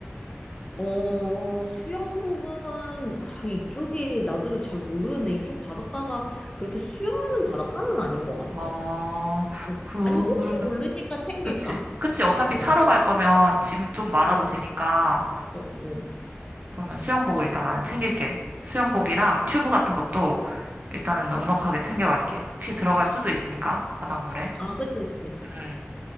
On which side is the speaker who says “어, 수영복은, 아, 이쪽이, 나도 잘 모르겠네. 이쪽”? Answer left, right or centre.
Left